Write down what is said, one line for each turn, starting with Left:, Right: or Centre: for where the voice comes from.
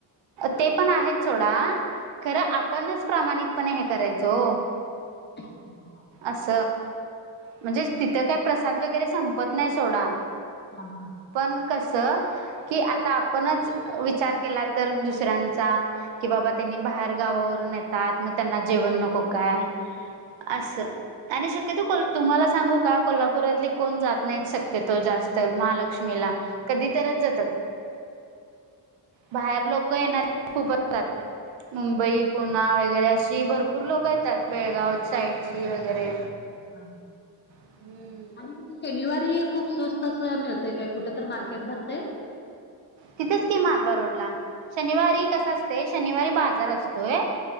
Right: ते पण आहेत सोडा. खरं आपणच प्रामाणिकपणे हे करायच हो.
Left: ह हा
Right: अस म्हणजे तिथं काय प्रसाद वगैरे संपत नाही सोडा.
Left: हा हा
Right: पण कसं की आता आपणच विचार केला तर दुसऱ्यांचा कि बाबा त्यांनी बाहेर गावावरून आहेत. मग त्यांना जेवण नको काय अस. आणि शक्यतो को तुम्हाला सांगू का कोल्हापुरातली कोण जात नाही शक्यतो जास्त महालक्ष्मीला. कधी तरच जातात. बाहेर लोक येणारे खूप असतात. मुंबई, पुणा वगैरे अशी भरपूर लोक येतात. बेळगाव साईडची वगैरे.
Left: ह ह ह
Right: हम्म.
Left: आणि क शनिवारी खूप स्वस्त असं मिळतय काय कुठे तर मार्केट भरते.
Right: तिथेच कि मधवा रोडला शनिवारी कसा असते शनिवारी बाजार असतोय.